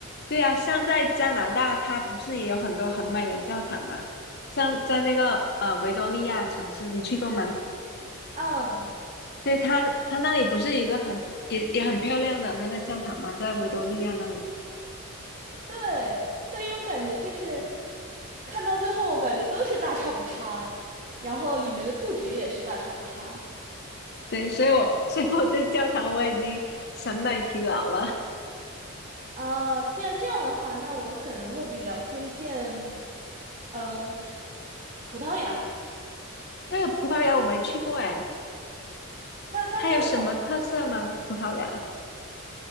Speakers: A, on the left (about 50°); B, on the right (about 30°).
A: 对呀，像在加拿大，它不是也有很多很美的教堂吗？像在那个呃维多利亚城市，你去过吗？
B: 嗯，
A: 对，它它那里不是一个很也也很漂亮的那个教堂吗？在维多利亚那里。
B: 对，所以我感觉就是看到最后，我感觉都是大差不差，然后里面的布局也是大差不差。
A: 对，所以我 <laughs> 所以我对教堂我已经审美疲劳了。
B: 啊，既然这样的话，那我可能会比较推荐，嗯，葡萄牙。
A: <laughs> 那个葡萄牙我没去过诶，
B: 那刚刚好，
A: 它有什么特色吗？葡萄牙？